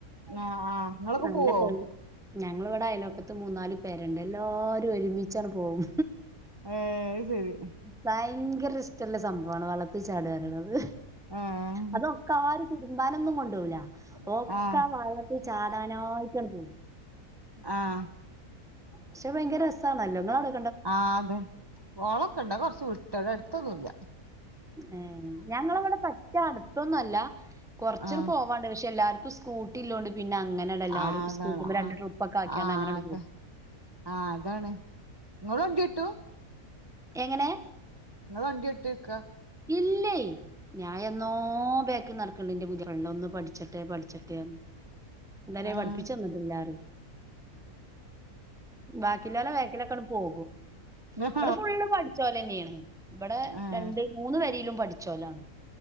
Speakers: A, on the right; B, in the centre.
A: ആഹ് ആഹ് ഇങ്ങളൊക്കെ
B: നല്ല
A: പോവോ
B: തെളി ഞങ്ങള് ഇവടെ അയലോക്കത്ത് മൂന്നാല് പെരണ്ട് എല്ലാരും ഒരുമിച്ചണ് പോവും
A: ഏഹ് അയ്ശെരി
B: ഭയങ്കര ഇഷ്റ്റള്ള സംഭവാണ് വള്ളത്തി ചാടാറേണത്
A: ആഹ്
B: അതൊക്കെ ആര് തിര്മ്പാനൊന്നും കൊണ്ടോവൂല
A: ആഹ്
B: ഒക്കാ വള്ളത്തി ചാടാനായ്റ്റണ് പോവും
A: ആഹ്
B: പക്ഷെ ഭയങ്കര രസാണല്ലോ ങ്ങളവടെ
A: ആഹ് അതെ കോളൊക്കെണ്ട് അത് കൊർച്ച് വ്ട്ടാട അട്ത്തൊന്നുല്ല
B: ഏഹ് ഞങ്ങളവിടെ പറ്റ അട് ത്തൊന്നല്ല കൊർച്ച്ണ്
A: ആഹ്
B: പോവാണ്ട് പക്ഷെ എല്ലാർക്കും സ്കൂട്ടി ഇല്ലോണ്ട് പിന്നെ അങ്ങനെണെല്ലാരും
A: ആഹ് അതാണ്
B: സ്കൂട്ടിമ്മെ രണ്ട്
A: ആഹ്
B: ട്രിപ്പൊക്കാക്ക്യാണ്ട്
A: ആഹ്
B: അങ്ങനണ്ട്
A: അതെ
B: പോവും.
A: ആഹ് അതാണ് ങ്ങള് വണ്ട്യോട്ടു
B: എങ്ങനേ?
A: ങ്ങള് വണ്ട്യോട്ടോയ്ക്കാ?
B: ഇല്ല ഞായെന്നോ ബേക്കിൽ നടക്ക്ണ്ട് ന്റെ പുത്യാഫ്രണ്ട് ഒന്ന് പഠിച്ചേ പഠിച്ചട്ടെ ന്നരേ
A: ആഹ്
B: പഠിപ്പിച്ചന്ന്ട്ടില്ലാല്ലാറെയ് ബാക്കില്ലോലെ ബേക്കിലൊക്കെണ്ട് പോകും.
A: ആഹ്
B: ഇബടെ ഫുള്ള് പഠിച്ചോലെന്നേണ് ബടെ
A: ആഹ്
B: രണ്ട് മൂന്ന് പെരീലും പഠിച്ചോലാണ്.